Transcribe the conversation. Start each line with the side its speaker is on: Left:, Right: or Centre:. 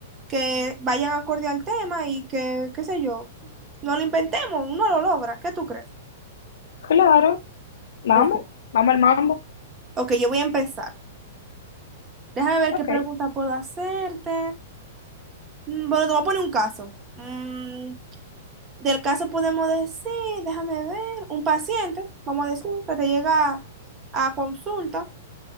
Right: que vayan acorde al tema y que, qué sé yo, no lo inventemos, uno lo logra. ¿Qué tú crees?
Left: Claro, vamos,
Right: Ok. O-
Left: vamos al mambo.
Right: Ok, yo voy a empezar. Déjame ver
Left: Ok,
Right: qué pregunta puedo hacerte. Mm, Bueno, te voy a poner un caso. Mm, Del caso podemos decir, déjame ver, un paciente, vamos a decir, que te llega a consulta,